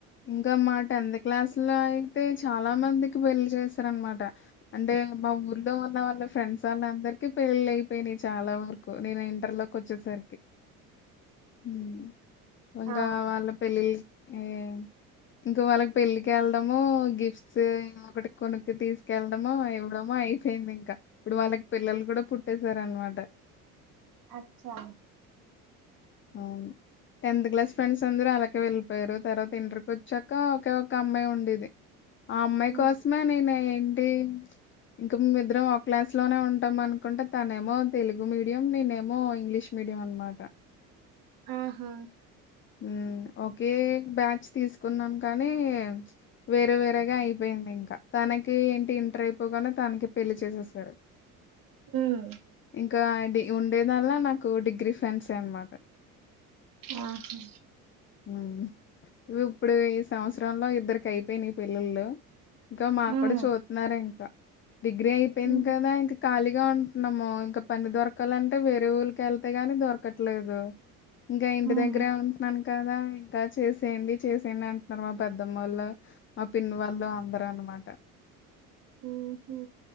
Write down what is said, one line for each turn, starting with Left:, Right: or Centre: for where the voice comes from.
Left: ఇంకా మా టెన్త్ క్లాసు లో అయితే చాలా మందికి పెళ్లి చేసారనమాట. అంటే మా ఊర్లో ఉన్న వాళ్ళ ఫ్రెండ్స్ వాళ్ళ అందరికి పెళ్లీలయిపోయినయి చాలా వరు కు నేనా ఇంటర్ లోకి వచ్చేసరికి, ఉమ్ ఇంకా
Right: ఆ,
Left: వాళ్ళ పెళ్లిల్ ఈ ఇంక వాళ్ళకి పెళ్ళికి ఎళ్ళడము, గిఫ్ట్స్ ఒకటి కొనుక్కు తీసుకెల్లడము, ఇవ్వడము అయిపోయింది ఇంకా. ఇప్పుడు వాళ్ళకి పిల్లలు కూడా పుట్టేశారు అనమాట.
Right: అచ్చా
Left: అవును టెన్త్ క్లాస్ ఫ్రెండ్స్ అందరూ అలాకే వెళ్ళిపోయారు, తర్వాత ఇంటర్కి వచ్చాక ఒకే ఒక అమ్మాయి ఉండేది. ఆ అమ్మాయి
Right: ఉమ్,
Left: కోసమే నేనా ఏంటి ఇంకా మేమీద్దరము ఒక క్లాస్ లోనే ఉంటాం అనుకుంటే, తనేమో తెలుగు మీడియం, నేనేమో ఇంగ్లీష్ మీడియం అనమాట.
Right: ఆహ
Left: ఉమ్ ఓకే బ్యాచ్ తీసుకున్నాం కానీ వేరే వేరేగా అయిపోయింది ఇంకా, తనకి ఏంటి ఇంటర్ అయిపోగానే తనకి పెళ్లి చేసేసారు <inaudible>
Right: ఉమ్
Left: ఇంకా డి ఉండేదల్ల నాకు డిగ్రీ ఫ్రెండ్సే అనమాట.
Right: ఆహ
Left: ఉమ్ ఇప్పుడు ఈ సంవత్సరంలో ఇద్దరికి అయిపోయినై పెళ్లిళ్లు ఇంక మా
Right: ఉమ్,
Left: కూడా చూత్తున్నారు ఇంకా, డిగ్రీ అయిపోయింది
Right: ఉమ్,
Left: కదా ఇంక్ ఖాళీగా ఉంటునము ఇంకా పని దొరకాలంటే వేరే ఊరికెళ్తే గానీ దొరకట్లేదు. ఇంకా ఇంటి
Right: ఉమ్,
Left: దగ్గరే ఉంటున్నాను కదా ఇంకా చేసేయండి, చేసేయండి అంటున్నారు మా పెద్దమ్మళ్ళ. మా పిన్ను వాళ్ళు అందరు అనమాట
Right: ఉహు